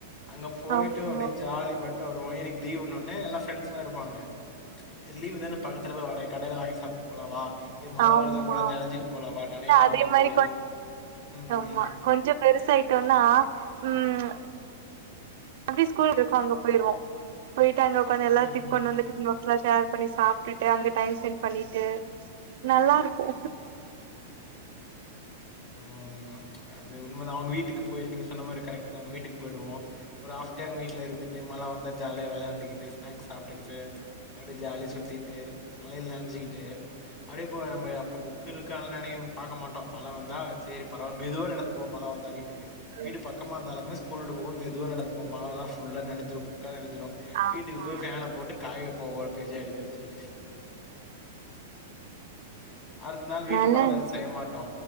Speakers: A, on the left; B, on the right.
A: அங்க போய்ட்டு
B: ஆமா
A: அப்டியே ஜாலி பண்ட்டு வருவோ ஏ இன்னிக்கு லீவுண்ணோனே எல்லா ஃப்ரெண்ட்ஸ்ல்லா இருப்பாங்க சரி லீவு தான பக்கத்துல போ வட கடைல வாங்கி சாப்ட்டு போலா வா ஏ மழ
B: ஆமா
A: வருதா கூட நனஞ்சிட்டு போலா வா நனையலா
B: இல்ல அதே
A: வான்னு
B: மாரி
A: சொல்லி
B: கொஞ்
A: ம்,
B: ஆமா
A: ம்,
B: கொஞ்சோ பெருசாய்ட்டோனா ம் அப்டி ஸ்கூல் இருக்கு அங்க போய்ருவோ போய்ட்டு அங்க உக்காந்து எல்லா
A: ம், ம்,
B: கொண்டு வந்த டிஃபன் பா லா ஷர் பண்ணி சாப்ட்டுட்டு அந்த டைம் ஸ்பெண்ட் பண்ணிட்டு நல்லா இருக்கு
A: ஆமா ஆமா அது உண்மதா அவங்க வீட்டுக்கு போய் நீங்க சொன்ன மாரி கரெக்ட் தா அவங்க வீட்டுக்கு போய்டுவோ ஒரு ஆஃப் டே அவங்க வீட்ல இருந்துட்டு மழ வந்தா ஜாலியா விளையாண்டுக்கிட்டு ஸ்நக்ஸ் சாப் <unintelligible> அப்டியே ஜாலியா சுத்திட்டு மழைல நன்சிக்கிட்டு அப்டியே போ நம்ப்புக் புக்கு இருக்கா அதுலா நனை பாக்க மாட்டோ மழ வந்தா சேரி பரவால்ல மெதுவா நடந்து போம் மழ வந்தா வீட்டுக்கு
B: ம்
A: வீடு பக் க்கமா இந்தாலுமே ஸ்கூல் விட்டு போம் மெதுவா நடந்து போம் மழலா ஃபுல்லா நனஞ்சிரு புக்கா நனஞ்சுரு
B: ஆமா
A: வீட்டுக்கு போய் ஃபேன போட்டு காய போ ஒரு பேஜா எடுத்து தி அடுத்த நாள் வீட்டு
B: நல்லா
A: பாடோல்லா
B: இருந்துச்சு
A: எது செய்ய மாட்டோ